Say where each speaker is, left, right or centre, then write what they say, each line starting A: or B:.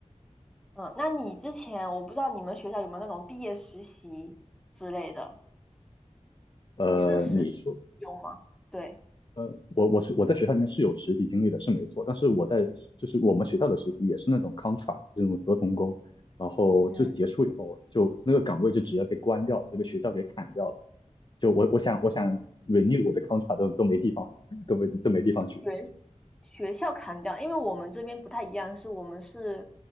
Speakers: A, in the centre; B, on the left (about 40°).
A: 嗯，那你之前我不知道你们学校有没有那种毕业实习之类的。
B: 呃，
A: 你是使
B: 你说
A: 有吗？对，
B: 呃，我我是我在学校里面是有实习经历的，是没错。但是我在就是我们学校的实习也是那种 contract 这种合同工，然后就结束以后就那个岗位就直接被关掉了，
A: 嗯，
B: 就被学校给砍掉了。就我我想我想 renew 我的 contract 都都没地方，都没都没地方去。
A: 是学学校砍掉，因为我们这边不太一样，是我们是，